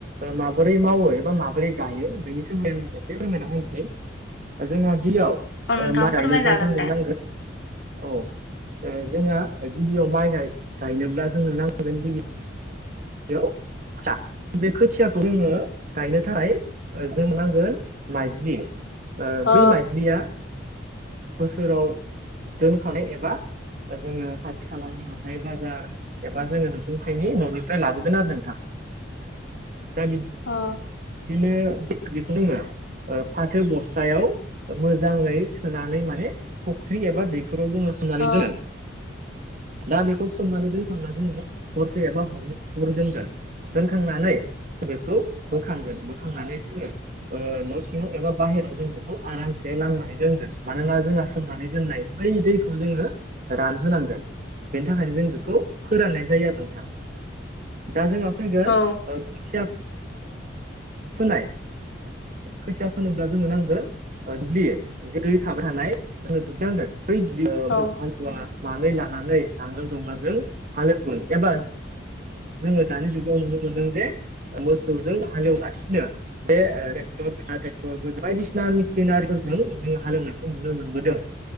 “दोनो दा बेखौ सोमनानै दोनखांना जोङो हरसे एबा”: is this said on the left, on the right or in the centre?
Right